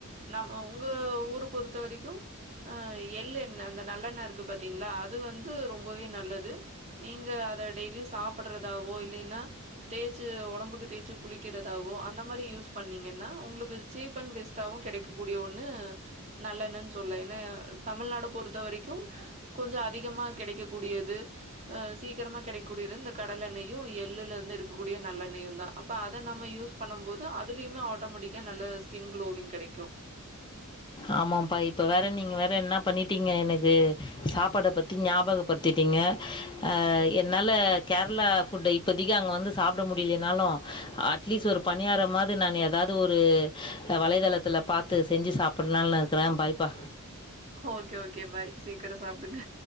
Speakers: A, on the right; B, on the left.
A: நம் உங்க ஊர பொறுத்த வரிக்கு அ எள்ளு எண்ணெ அந்த நல்லெண்ண இரு க்கு பாத்திங்ளா அது வந்து ரொம்பவே நல்லது நீங்க அத டெய்லியு சாப்பட்றதாவோ இல்லீன்னா தேய்ச்சு ஒடம்புக்கு தேய்ச்சு குளிக்கிறதாவோ அந்த மாரி யூஸ் பண்ணீங்கன்னா உங்ளுக்கு சீப் அண் பெஸ்டாவு கெடைக்கக்கூடிய ஒண்ணு நல்லெண்ணன் சொல்ல என்னய தமிழ்நாடு பொறுத்த வரிக்கூ கொஞ்சோ அதிகமா கெடைக்க கூடியது அ சீக்கிரமா கெடைக்கூடியது இந்த கடல எண்ணெயு எள்ளுலந்து எடுக்கக்கூடிய நல்லெண்ணையுந்தா அப்ப அத நம்ம யூஸ் பண்ணம் போது அதுலியுமே ஆட்டோமேட்டிக்கா நல்ல ஸ்கின் க்ளோவிங் கெடைக்கு
B: ஆமாம்ப்பா இப்ப வேற நீங்க வேற என்ன பண்ணீட்டிங்க எனுக்கு சாப்பாட்ட பத்தி ஞாபகப்பட்த்திட்டீங்க அ என்னால கேர்ளா ஃபுட்ட இப்பத்திக்கு அங்க வந்து சாப்ட முடிலினாலு அட்லீஸ்ட் ஒரு பணியாரமாவ்து நான் எதாது ஒரு வலைதளத்துல பாத்து செஞ்சு சா ப்பட்லான் இருக்குறே பாய்ப்பா
A: ஓகே ஓகே பாய் சீக்கரொ சா துங்க